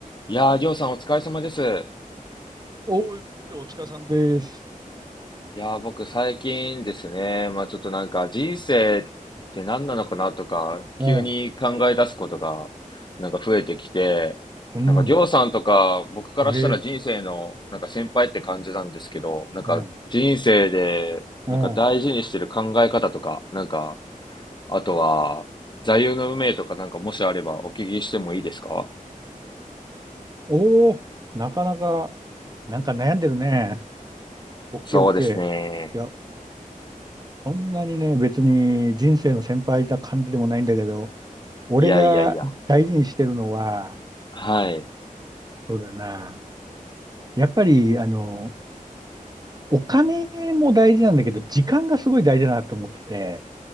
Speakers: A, on the left (about 30°); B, on the right (about 30°).
A: いやー、りょうさんお疲れ様です。
B: おー、お疲れさんです。
A: いやー、僕最近ですね、まあちょっとなんか人生って何なのかなとか、急に考え出すことがなんか増えてきて、
B: うん、うん、
A: なんかりょうさんとか僕からしたら人生のなんか先輩って感じなんですけど、
B: ええ、
A: なんか人生でなんか大事にしてる考え方とか、
B: うん、うん。
A: なんか、あとは座右の銘とかなんかもしあればお聞きしてもいいですか
B: おーなかなか、なんか悩んでるね。オッケーオッケー。
A: そうですね。
B: いや、そんなにね、別に人生の先輩な感じでもないんだけど、俺が大事にしてるのは、
A: いやいやいや。はい。
B: そうだな。やっぱり、あの、お金も大事なんだけど、時間がすごい大事だなと思ってて、